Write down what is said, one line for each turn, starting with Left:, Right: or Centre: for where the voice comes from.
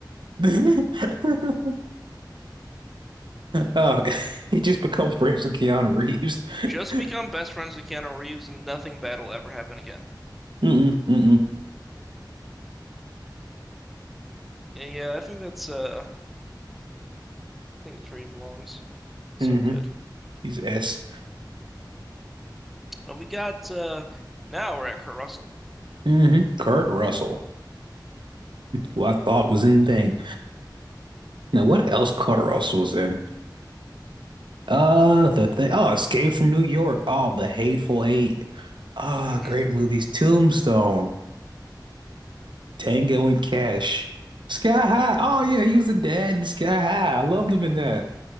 Right: <laughs> Oh, <laughs> he just become friends with Keanu Reeves. <laughs>
Centre: Just become best friends with Keanu Reeves and nothing bad will ever happen again.
Right: Mm-mm, mm-mm,
Centre: Yeah, yeah, I think that's uh I think that's where he belongs. So
Right: mm-hmm.
Centre: good.
Right: He's S.
Centre: And we got uh now we're at Kurt Russell.
Right: Mm-hmm. Kurt Russell, who I thought was in Thing. Now, what else Kurt Russell was in? Uh, the thing. Oh, Escape from New York. Oh, The Hateful Eight. Ah,
Centre: hmm
Right: great movies. Tombstone, Tango and Cash, Sky High. Oh yeah, he was the dad in Sky High. I loved
Centre: hmm
Right: him in that.